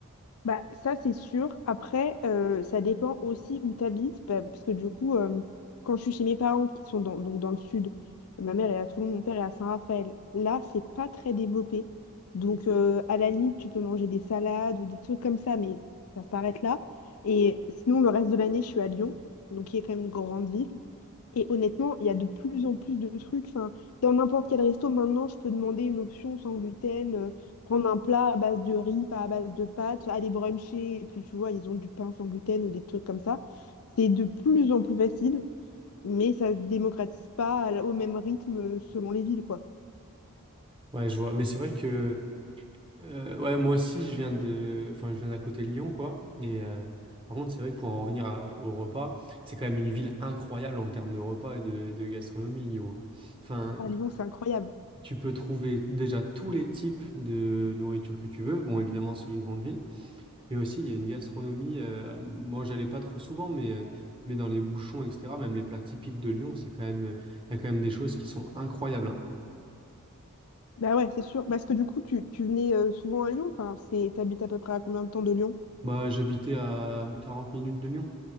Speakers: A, on the left; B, on the right.
A: Bah, ça, c'est sûr. Après, euh, ça dépend aussi où tu habites. bah, parce que du coup, euh, quand je suis chez mes parents qui sont dans, donc dans le sud, ma mère elle est à Toulon, mon père est à Saint-Raphaël. Là, c'est pas très développé. Donc, euh, à la limite, tu peux manger des salades ou des trucs comme ça, mais ça s'arrête là. Et sinon, le reste de l'année, je suis à Lyon, donc qui est quand même une grande ville. Et honnêtement, il y a de plus en plus de trucs. Enfin, dans n'importe quel resto, maintenant, je peux demander une option sans gluten. euh, prendre un plat à base de riz, pas à base de pâtes, aller bruncher, et puis tu vois, ils ont du pain sans gluten ou des trucs comme ça. C'est de plus en plus facile, mais ça se démocratise pas à au même rythme euh, selon les villes, quoi.
B: Ouais, je vois. Mais c'est vrai que. Euh, ouais, moi aussi, je viens de, enfin, je viens d'à côté de Lyon, quoi. Et euh, par contre, c'est vrai que pour en revenir à- au repas, c'est quand même une ville incroyable en termes de repas et de, de gastronomie, Lyon. Enfin,
A: À Lyon, c'est incroyable.
B: tu peux trouver déjà tous les types de nourriture que tu veux. Bon, évidemment, c'est une grande ville, mais aussi il y a une gastronomie. euh, moi, j'allais pas trop souvent, mais euh, mais dans les bouchons, etc. Même les plats typiques de Lyon, c'est quand même, il y a quand même des choses qui sont incroyables. hein.
A: Bah ouais, c'est sûr. Parce que du coup, tu, tu venais euh, souvent à Lyon, enfin, c'est, t'habites à peu près à combien de temps de Lyon?
B: Bah, j'habitais à 40 minutes de Lyon.